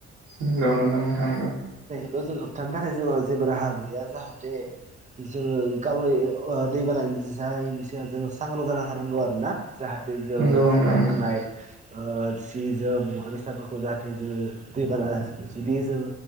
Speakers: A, on the right; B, on the right.
A: नंगौ नंगौ नोंथां नंगौ
B: बो जों होबथानो थाखाय जोंहा जेबो राहा गैया जाहाथे जोङो गावनि ओ दैबाना जायिनि सिगां जों सांग्रां जाना थानांगौ आरो ना जाहाथे जों
A: नंगौ नंगौ नोंथां
B: जानाय लोंनाय ओ सि जोम मुवा बेसादफोरखौ जाहाथे जोङो दैबाना जुदि जों